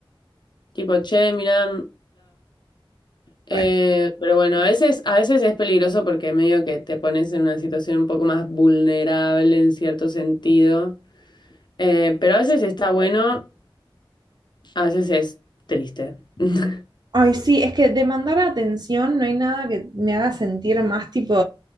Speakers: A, on the left (about 55°); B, on the right (about 50°).
A: Tipo, che, mira, Eh,
B: re.
A: pero bueno, a veces, a veces es peligroso porque medio que te pones en una situación un poco más vulnerable en cierto sentido. Eh, pero a veces está bueno, a veces es triste. <laughs>
B: Ay, sí, es que demandar atención no hay nada que me haga sentir más tipo